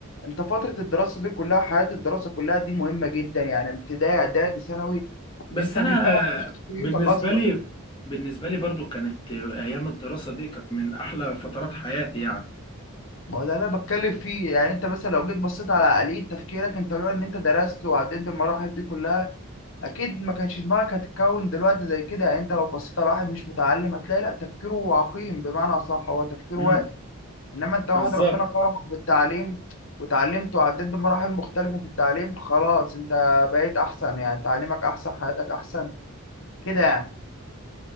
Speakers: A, on the left; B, on the left.
A: انت فتره الدراسه دي كلها حياه الدراسه كلها دي مهمه جدا يعني ابتدائي اعدادي ثانوي
B: بس
A: انت
B: أنا
A: بيبان بقى شخصيتك
B: بالنسبة
A: اصلا
B: لي بالنسبة لي برضو كانت أيام الدراسة دي كانت من أحلى فترات حياتي يعني
A: ما هو ده اللي انا بتكلم فيه يعني انت مثلا لو جيت بصيت على آلية تفكيرك انت لولا ان انت درست وعديت بالمراحل دي كلها اكيد ما كانش دماغك هتتكون دلوقتي زي كده يعني انت لو بصيت على واحد مش متعلم هتلاقي لا تفكيره عقيم بمعنى صح هو تفكيره
B: امم
A: واعي انما انت واحد
B: بالظبط
A: ربنا كرمك بالتعليم وتعلمت وعديت بمراحل مختلفة في التعليم فخلاص انت بقيت احسن يعني تعليمك احسن حياتك احسن كده يعني